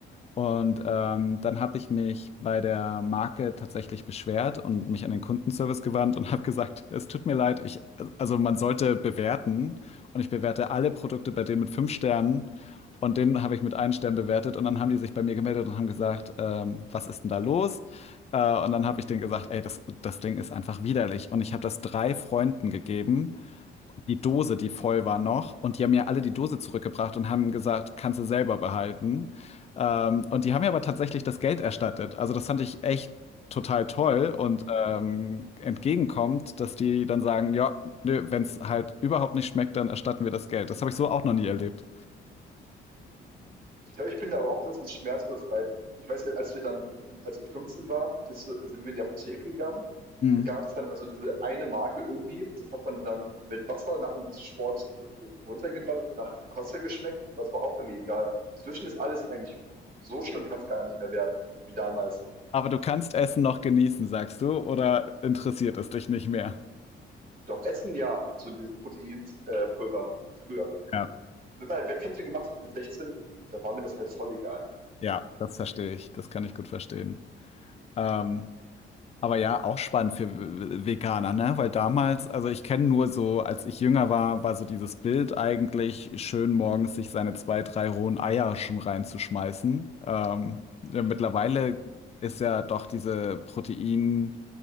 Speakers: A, on the left; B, on the right.
A: Und ähm, dann habe ich mich bei der Marke tatsächlich beschwert und mich an den Kundenservice gewandt und habe gesagt, es tut mir leid, ich, also man sollte bewerten und ich bewerte alle Produkte bei denen mit fünf Sternen und den habe ich mit einem Stern bewertet und dann haben die sich bei mir gemeldet und haben gesagt, ähm, was ist denn da los? Äh, und dann habe ich denen gesagt, ey, das, das Ding ist einfach widerlich und ich habe das drei Freunden gegeben die Dose, die voll war noch. Und die haben mir alle die Dose zurückgebracht und haben gesagt, kannst du selber behalten. Ähm, und die haben mir aber tatsächlich das Geld erstattet. Also das fand ich echt total toll und ähm, entgegenkommt, dass die dann sagen, ja, nö, wenn es halt überhaupt nicht schmeckt, dann erstatten wir das Geld. Das habe ich so auch noch nie erlebt.
B: Ich glaube, ich bin da aber auch ein bisschen schmerzbefreit. Ich weiß, als wir dann, als ich 15 war, bist du- sind wir in die Apotheke gegangen.
A: Mhm.
B: Da gab es dann also diese eine Marke irgendwie. Das hat man dann mit Wasser nach dem Sport äh, runtergeballert, hat nach Kosse geschmeckt. Und das war auch irgendwie egal. Zwischen ist alles eigentlich so schlimm, kann es gar nicht mehr werden, wie damals.
A: Aber du kannst Essen noch genießen, sagst du, oder interessiert es dich nicht mehr?
B: Doch Essen ja, so dieses Proteinpulver äh, Pulver früher.
A: Ja,
B: Wenn man halt Wettkämpfe gemacht hat mit 16, da war mir das halt voll egal.
A: ja, das verstehe ich. Das kann ich gut verstehen. Ähm, Aber ja, auch spannend für W- Veganer, ne? Weil damals, also ich kenne nur so, als ich jünger war, war so dieses Bild eigentlich, schön morgens sich seine zwei, drei rohen Eier schon reinzuschmeißen. Ähm, ja, mittlerweile ist ja doch diese Protein,